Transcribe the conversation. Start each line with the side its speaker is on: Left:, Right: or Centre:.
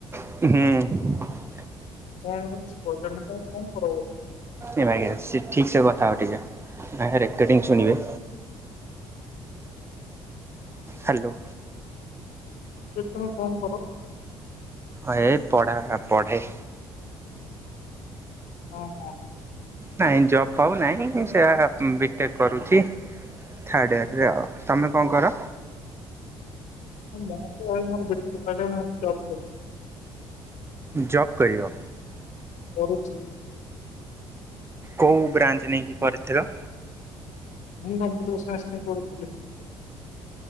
Right: ହୁଁ।
Left: କଣ ମାନେ କିଛି କହିଲନି ନା ତମେ କଣ କର ବୋଲି?
Right: ଏ! !!!!!!!!! ଠିକ୍ ସେ କଥା ହ ଟିକେ ଆ ରେକର୍ଟିଙ୍ଗ ଶୁଣିବେ। ହ୍ୟାଲୋ।
Left: ଦିଦି ତୁମେ କଣ କର?
Right: ଏଇ ପଢା ପଢ଼େ।
Left: ହଁ ହଁ।
Right: ନାଇଁ ଜବ୍ ଫବ୍ ନାହିଁ ମୁ ସେ ବିଟେକ୍ କରୁଛି। ଥାର୍ଡ଼ ଇଅରରେ ତମେ କ ଣ କର?
Left: ହଁ ବା ମୋର ଗୋଟେ କ ମୁ ଜବ୍ କରଛି।
Right: ଜବ୍ କରିବ।
Left: କରୁଛି।
Right: କୋଉ ବ୍ରାଞ୍ଚ୍ ନେଇକି ପଢିଥିଲ?
Left: ମୁଁ କମ୍ପ୍ୟୁଟର ସାଇଁନ୍ସ ପାଇଁ କରୁଥିଲି।